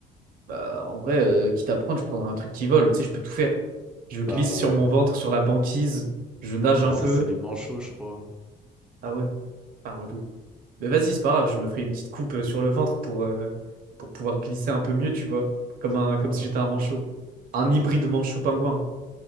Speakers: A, on the right; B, in the centre.
A: Bah, en vrai, euh, quitte à prendre, je prendrais un truc qui vole. Tu sais, je peux tout faire. Je
B: Bah
A: glisse
B: ouais.
A: sur mon ventre, sur la banquise, je nage
B: Bah,
A: un
B: ça
A: peu.
B: c'est les manchots, je crois.
A: Ah ouais, ah, relou. Mais vas-y, c'est pas grave, je me ferai une petite coupe euh, sur le ventre pour, euh, pour pouvoir glisser un peu mieux, tu vois. Comme un,
B: Non,
A: comme si j'étais un manchot.
B: t'as
A: Un
B: raison.
A: hybride manchot-pingouin.